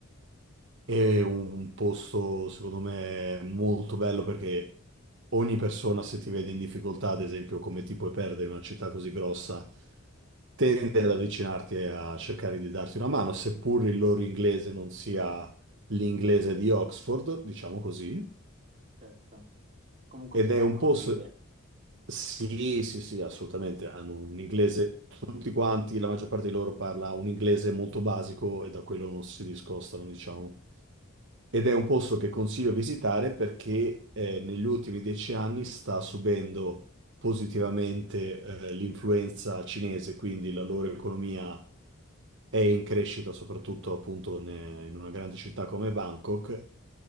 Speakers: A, on the right; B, on the right.
A: È un posto, secondo me, molto bello perché ogni persona, se ti vede in difficoltà, ad esempio, come ti puoi perdere in una città così grossa, tende ad avvicinarti e a cercare di darti una mano, seppur il loro inglese non sia l'inglese di Oxford, diciamo così.
B: certo. Comunque
A: Ed
B: si fanno
A: è un posto.
B: capire,
A: Sì, sì, sì, assolutamente. Hanno un inglese, tutti quanti, la maggior parte di loro parla un inglese molto basico e da quello non si discostano, diciamo. Ed è un posto che consiglio visitare perché eh, negli ultimi dieci anni sta subendo positivamente eh, l'influenza cinese, quindi la loro economia è in crescita, soprattutto appunto ne- in una grande città come Bangkok,